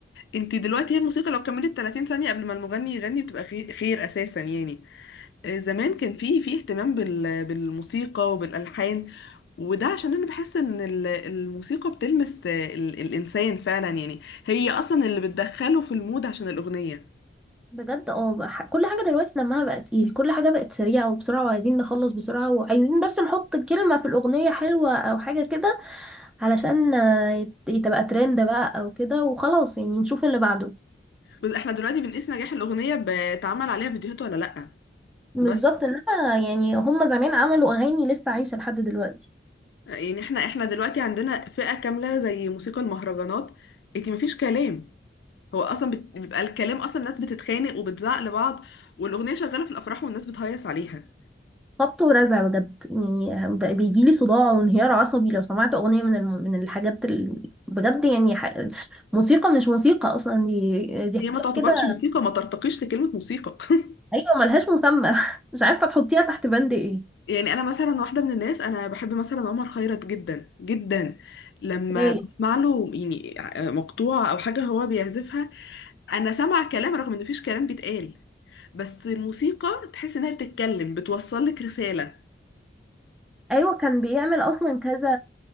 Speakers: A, on the left; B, in the centre.
A: انت دلوقتي هي الموسيقى لو كملت 30 ثانيه قبل ما المغني يغني بتبقى خير, خير اساسا يعني آه، زمان كان في في اهتمام بال بالموسيقى وبالالحان وده عشان انا بحس ان ال- الموسيقى بتلمس آه، ال- الانسان فعلا يعني هي اصلا اللي بتدخله في المود عشان الاغنيه
B: بجد اه بح- كل حاجة دلوقتي دمها بقى تقيل كل حاجة بقت سريعة وبسرعة وعايزين نخلص بسرعة وعايزين بس نحط كلمة في الأغنية حلوة أو حاجة كده علشان آه، يت- تبقى ترند بقى أو كده وخلاص يعني نشوف اللي بعده
A: بس احنا دلوقتي بنقيس نجاح الأغنية بتعمل عليها فيديوهات ولا لأ
B: بالظبط
A: بس
B: إنما يعني هما زمان عملوا أغاني لسه عايشة لحد دلوقتي
A: يعني احنا احنا دلوقتي عندنا فئة كاملة زي موسيقى المهرجانات انتي مفيش كلام هو اصلا بت- بيبقى الكلام اصلا الناس بتتخانق وبتزعق لبعض والأغنية شغالة في الأفراح والناس بتهيص عليها
B: خبط ورزع بجد يعني بقى بيجيلي صداع وانهيار عصبي لو سمعت اغنيه من الم... من الحاجات ال... بجد يعني ح... موسيقى مش موسيقى اصلا دي دي حاجات
A: هي ما تعتبرش
B: كده
A: موسيقى ما ترتقيش لكلمة موسيقى <laughs>
B: ايوه ملهاش مسمى <laughs> مش عارفه تحطيها تحت بند ايه
A: يعني انا مثلا واحدة من الناس انا بحب مثلا عمر خيرت جدا جدا لما
B: ايه
A: بسمع له يعني مقطوعة او حاجة هو بيعزفها انا سامعه كلام رغم ان مفيش كلام بيتقال بس الموسيقى تحس انها بتتكلم بتوصل لك رساله
B: ايوه كان بيعمل اصلا كذا